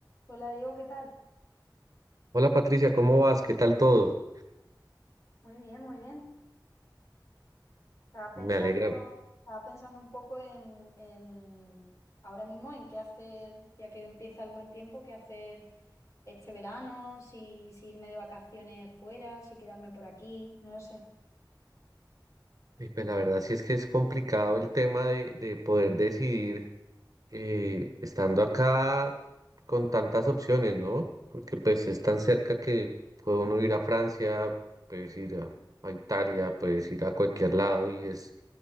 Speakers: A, on the left; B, on the right.
A: Hola Diego, ¿qué tal?
B: Hola Patricia, ¿cómo vas? ¿Qué tal todo?
A: Muy bien, muy bien. Estaba pensando,
B: Me alegra.
A: estaba pensando un poco en, en ahora mismo en qué hacer, ya que empieza el buen tiempo, qué hacer este verano, si, si irme de vacaciones fuera, si quedarme por aquí, no lo sé.
B: Y pues la verdad sí es que es complicado el tema de, de poder decidir. eh, estando acá con tantas opciones, ¿no? Porque pues es tan cerca que puede uno ir a Francia, puedes ir a, a Italia, puedes ir a cualquier lado y es